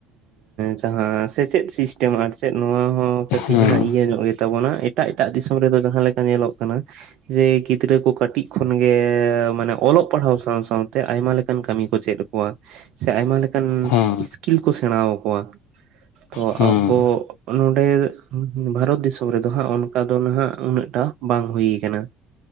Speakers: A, on the right; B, on the left.
A: ᱡᱟᱦᱟᱸ ᱥᱮᱪᱮᱫ ᱥᱤᱥᱴᱮᱢ ᱟᱨ ᱪᱮᱫ ᱱᱚᱣᱟ ᱠᱟᱹᱴᱤᱡ
B: ᱦᱮᱸ
A: ᱦᱟᱸᱜ ᱤᱭᱟᱹ ᱧᱚᱜ ᱜᱮ ᱛᱟᱵᱚᱱᱟ ᱮᱴᱟᱜ ᱮᱴᱟᱜ ᱫᱤᱥᱚᱢ ᱨᱮᱫᱚ ᱡᱟᱦᱟᱸ ᱞᱮᱠᱟ ᱧᱮᱞᱚᱜ ᱠᱟᱱᱟ ᱡᱮ ᱜᱤᱫᱽᱨᱟᱹ ᱠᱚ ᱠᱟᱹᱴᱤᱡ ᱠᱷᱚᱱ ᱜᱮ ᱢᱟᱱᱮ ᱚᱞᱚᱜ ᱯᱟᱲᱦᱟᱣ ᱥᱟᱶ ᱥᱟᱶᱛᱮ ᱟᱭᱢᱟ ᱞᱮᱠᱟᱱ ᱠᱟᱹᱢᱤ ᱠᱚ ᱪᱮᱫ ᱟᱠᱚᱣᱟ ᱥᱮ ᱟᱭᱢᱟ ᱞᱮᱠᱟᱱ
B: ᱦᱮᱸ
A: ᱤᱥᱠᱤᱞ ᱠᱚ ᱥᱮᱬᱟ ᱟᱠᱚᱣᱟ ᱛᱚ
B: ᱦᱮᱸ
A: ᱟᱵᱚ ᱱᱚᱰᱮ ᱵᱷᱟᱨᱚᱛ ᱫᱤᱥᱚᱢ ᱨᱮᱫᱚ ᱦᱟᱸᱜ ᱚᱱᱠᱟ ᱫᱚ ᱱᱟᱦᱟᱜ ᱩᱱᱟᱹᱜᱴᱟ ᱵᱟᱝ ᱦᱩᱭ ᱟᱠᱟᱱᱟ